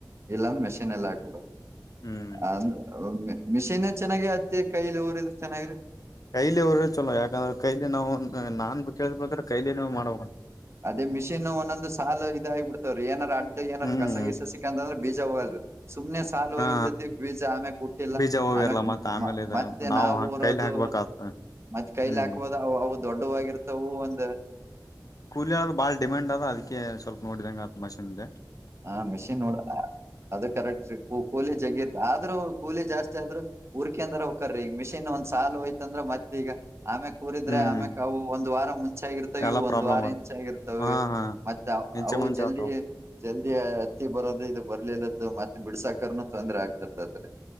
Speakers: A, on the right; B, on the left.
A: ಇಲ್ಲ ಅಂದ್ರ ಮೆಷಿನ್ ಎಲ್ಲ ಹಾಕುದು
B: ಹ್ಮ್
A: ಅಂದ ಮಿಷಿನ್ ಚೆನ್ನಾಗ ಇದೆ ಕೈಲಿ ಊರ ಇದ್ರ ಚೆನ್ನಾಗಿರಿ
B: ಕೈಲಿ ಅವ್ರ ಚಲೋ ಯಾಕಂದ್ರೆ ಕೈಲಿ ನಾವು ನಾನ್ ಕೇಳದ್ ಪ್ರಕಾರ ಕೈಲಿ ನೀವ್ ಮಾಡಬೇಕ್
A: ಅದೇ ಮಿಷಿನ್ ಒಂದೊಂದು ಸಾಲ ಇದಾಗಿಬಿಡ್ತವ್ರ ಏನರ ಅಡ್ ಏನರ
B: ಹ್ಮ್
A: ಕಸ ಗಿಸ ಸಿಕ್ಕಂತ ಅಂದ್ರ ಬೇ ಬೀಜ ಹೋಗಲ್ ರೀ, ಸುಮ್ನೆ ಸಾಲು ಹೋಗಿರ್ತತಿ
B: ಹಾ
A: ಬೀಜ ಆ ಮೇಲ್ ಉಟ್ ಇಲ್ಲ
B: ಬೀಜ ಹೋಗಿರ್ಲ್ಲ
A: ಆಮ್ಯಕ್
B: ಮತ್ತ ಆಮೇಲೆ
A: ಮ
B: ಇದ
A: ಮತ್ತೆ ನಾವು ಊರೋದು
B: ಕೈಲಿ ಹಾಕ್ಬೇಕಾಗ್ತ
A: ಮತ್ತ್ ಕೈಲಿ
B: ಹ್ಮ್
A: ಹಾಕ್ಬೋದುವು ಅವುಅವ್ ದೊಡ್ಡವಾಗಿರ್ತವು ಒಂದ್
B: ಕೂಲಿಿಯ ಆದ ಭಾಳ ಡಿಮ್ಯಾಂಡ್ ಅದ ಅದಕ್ಕೆ ಸ್ವಲ್ಪೋಡಂಗೆ ಅದು ಮಷಿನ್ ಇದೆ
A: ಹಾ ಮೆಷಿನ್ ನೋಡ್ರ ಅದು ಕರೆಕ್ಟ್ ಕೂಲಿ ಜಗ್ಗಿ ಆದ್ರೂ ಕೂಲಿ ಜಾಸ್ತಿ ್ರೆ ಹುರ್ಕೆ ಅಂದ್ರ ಹಕ್ಕರೀ ಈಗ ಮಿಷಿನ್ ಒಂದ್ ಸಾಲು ಹೋಯ್ತಂದ್ರೆ ಮತ್ತತ್ ಈಗ ಆಮ್ಯಕ್ ಕೂರಿದ್ರೆ
B: ಹ್ಮ್
A: ಆಮೆಕ್ ಅವು ಒಂದ ವಾರ ಮುಂಚೆ ಇಚ್ ಆಗಿರ್ತವೆವು
B: ಎಲ್ಲಾ
A: ಒಂದ್
B: ಪ್ರಾಬ್ಲಮ್
A: ವಾರ
B: ಆತ್
A: ಇಂಚ್ ಆಗಿರ್ತವೆ
B: ಹಾ ಹಾ
A: ಮತ್ತೆ
B: ಇಂಚೆ
A: ಅವು
B: ಮುಂಚೆ
A: ಜಲ್ದಿ
B: ಆತಾವ್
A: ಜಲ್ದಿ ಹತ್ತಿ ಬರೋದು ಇದು ಬರ್ಲಿಲ್ಲದು ಮತ್ತೆ ಬಿಡ್ಸಾಕನು ತೊಂದ್ರೆ ಆಗ್ತತ್ತ ಅ್ರೆ